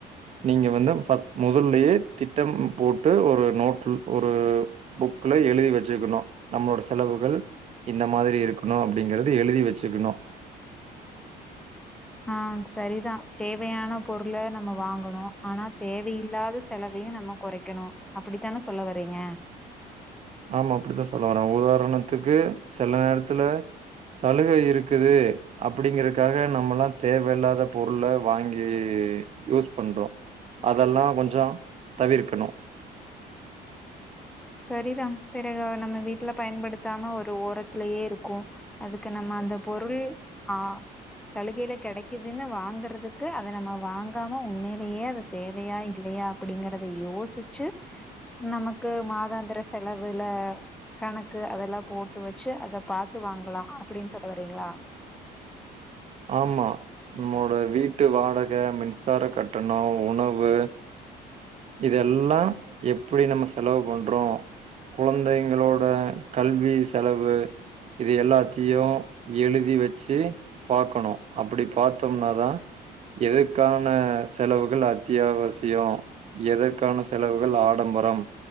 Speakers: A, on the right; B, in the centre.
A: நீங்க வந்து ஃபஸ்ட் முதல்லயே திட்டம் போட்டு ஒரு நோட்டுல் ஒரு புக்ல எழுதி வச்சுக்கணு நம்மளோட செலவுகள் இந்த மாதிரி இருக்கணு அப்படிங்கறது எழுதி வச்சுக்கணு.
B: ஆ, சரிதா தேவையான பொருள நம்ம வாங்கணு. ஆனா தேவையில்லாத செலவையு நம்ம கொறைக்கணு அப்படித்தான சொல்ல வரீங்க
A: ஆமா அப்படித்தா சொல்ல வரே உதாரணத்துக்கு சில நேரத்துல சலுக இருக்குது அப்படிங்கறக்காக நம்மல்லா தேவயில்லாத பொருள வாங்கி கி யூஸ் பண்றோ. அதெல்லா கொஞ்சோ தவிர்க்கணு.
B: சரிதா பிறகு நம்ம வீட்டுல பயன்படுத்தாம ஒரு ஓரத்திலயே இருக்கு அதுக்கு நம்ம அந்த பொருள் ஆ, சலுகையில கெடைக்குதுன்னு வாங்கறதுக்கு அத நம்ம வாங்காம உண்மையிலேயே அது தேவையா இல்லையா அப்படிங்கறத யோசி ச்சு நமக்கு மாத் தாந்திர செலவுல கணக்கு அதெல்லா போட்டு வச்சு அத பாத்து வாங்கலா. அ, அப்டின் சொல்ல வரீங்களா
A: ஆமா. நம்மோட வீட்டு வாடக மின்சார கட்டணோ உணவு இதெல்லா எப்புடி நம்ம செலவு பண்றோ குழந்தைங்களோட கல்வி செலவு இது எல்லாத்தையு எழுதி வச்சு பாக்கணு அப்படி பாத்தோம்னாதா எதுக்கானஸ் செலவுகள் அத்தியாவசியோ எதற்கான செலவுகள் ஆடம்பரம்.